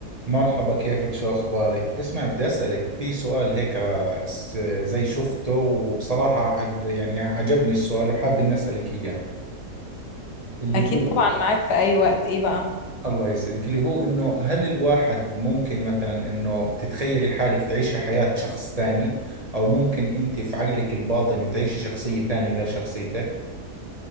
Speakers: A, on the right; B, on the left.
A: مرحبا كيفك شو أخبارك؟ اسمع بدي أسألك في سؤال هيك آه، س- زي شفته وبصراحة عد- يعني عجبني السؤال وحاب إني أسألك إياه اللي
B: اكيد
A: هو
B: طبعا معاك في اي وقت ايه بقى
A: الله يسعدك اللي هو إنه هل الواحد ممكن مثلا إنه تتخيلي حالك تعيشي حياة شخص ثاني أو ممكن أنت في عقلك الباطني تعيشي شخصية ثانية غير شخصيتك؟